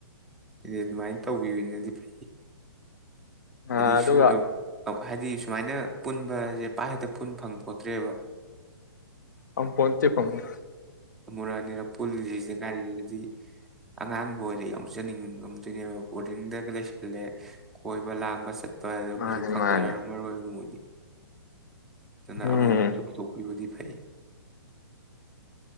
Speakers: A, in the centre; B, on the left.
A: ꯏꯗꯤ ꯑꯗꯨꯃꯥꯏꯅ ꯇꯧꯕꯤꯕꯅꯗꯤ ꯐꯩ
B: ꯑꯗꯨꯒ
A: ꯍꯥꯏꯗꯤ ꯁꯨꯅ ꯍꯥꯏꯗꯤ ꯁꯨꯃꯥꯏꯅ ꯄꯨꯟꯕꯁꯦ ꯄꯥꯏ ꯍꯦꯛꯇ ꯐꯨꯟ ꯐꯪꯄꯣꯇ꯭ꯔꯦꯕ
B: ꯑꯃ ꯄꯣ ꯆꯩꯦ ꯐꯥꯎꯝꯃꯤ
A: ꯃꯨꯔꯥꯅꯤ ꯄꯨꯂꯤꯁꯁꯤꯁꯦ ꯀꯒꯥꯔꯤꯒꯤꯗꯤ ꯑꯉꯥꯡꯕꯨ ꯑꯣꯏꯔ ꯌꯎꯆꯅꯤꯡ ꯉꯝꯗꯣꯏꯅꯦꯕ ꯕꯣꯔꯗꯤꯡꯗꯒ ꯂꯩꯁꯜꯂꯦ ꯀꯣꯏꯕ ꯂꯥꯡꯕ ꯁꯠ ꯗꯣ
B: ꯃꯥꯅꯤ
A: ꯀꯩꯁꯨ ꯐꯝꯖꯔꯔ
B: ꯃꯥꯅꯤ
A: ꯃꯔꯨ ꯑꯣꯏꯕ ꯃꯣꯏꯗꯤ ꯑꯗꯨꯅ
B: ꯎꯝ
A: ꯑꯃꯨꯛꯁꯨ ꯄꯨꯊꯣꯛꯄꯤꯕꯗꯤ ꯐꯩ